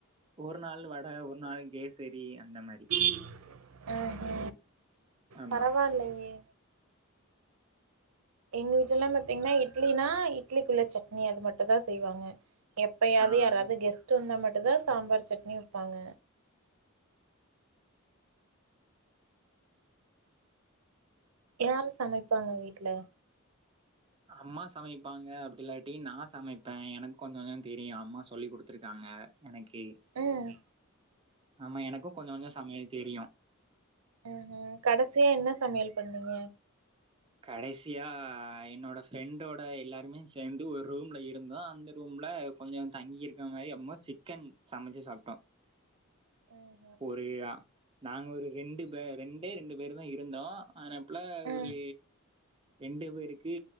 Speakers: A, on the right; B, on the right.
A: ஒரு நாள் வட ஒரு நாள் கேசரி அந்த மாரி
B: ஆ ஆ
A: ஆமா
B: பரவாயில்லையே எங்க வீட்லல்லா பாத்தீங்கன்னா இட்லினா இட்லிக்குள்ள சட்னி அது மட்டு தா செய்வாங்க எப்பயாவே
A: ஆ
B: யாராவது கெஸ்ட்டு வந்தா மட்டுந்தா சாம்பார் சட்னி வைப்பாங்க யாரு சமைப்பாங்க வீட்ல
A: அம்மா சமைப்பாங்க அப்படி இல்லாட்டி நா சமைப்ப எனக்கு கொஞ்ச கொஞ்சோ தெரியு அம்மா சொல்லி குடுத்துருக்காங்க எனக்கு
B: ம்
A: ஆமா எனக்கு கொஞ்ச கொஞ்சோ சமையல் தெரியு
B: ம்ஹும் கடைசியா என்ன சமையல் பண்ணீங்க
A: கடைசியா என்னோட ஃப்ரெண்டோட எல்லாருமே சேர்ந்து ஒரு ரூம்ல இருந்தோம் அந்த ரூம்ல கொஞ்சோ தங்கி இருக்க மாரி அம்ப சிக்கன் சமைச்சு சாப்டோம்
B: ம்
A: ஒரு நாங்க ஒரு ரெண்டு பே ரெண்டே ரெண்டு பேரு தான் இருந்தோம் ஆனா அப்பல
B: ம்
A: ஒரு ரெண்டு பேருக்கு